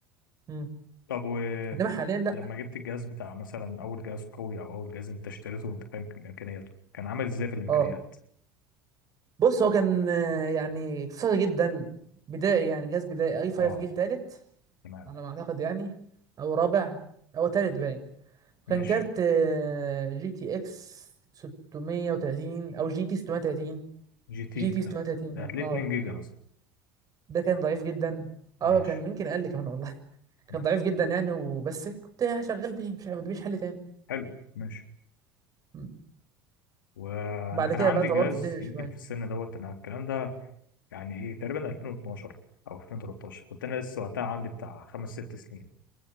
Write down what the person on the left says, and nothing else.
طب و
لما جبت الجهاز بتاع مثلا اول جهاز قوي او اول جهاز انت اشتريته وانت فاهم كم- امكانياته كان عامل ازاي في الامكانيات؟
اه
تمام
ماشي
جي تي
حلو
ده
هتلاقي
2 جيجا مثلا
ماشي
ماشي
حلو ماشي
وانا
كان
عندي
جهاز
يمكن
في السن دوت انا الكلام ده يعني ايه تقريبا 2012 او 2013 كنت انا لسه وقتها عندي بتاع خمس ست سنين